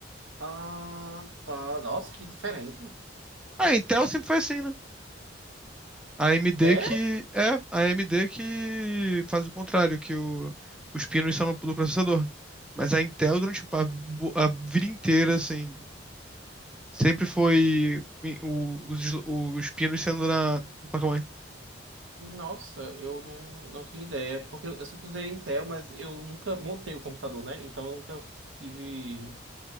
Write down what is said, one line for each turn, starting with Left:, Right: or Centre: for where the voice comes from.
Right: Ah, tá. Nossa, que diferente.
Centre: A Intel sempre foi assim, né? A AMD
Right: É?
Centre: que. É, a AMD que faz o contrário, que o- os pinos são do processador. Mas a Intel, durante a, bo- a vida inteira, assim, sempre foi i- o- os, sl- os pinos sendo na, na placa-mãe.
Right: Nossa, eu não, não tinha ideia. Porque eu sempre usei Intel, mas eu nunca montei o computador, né? Então eu nunca tive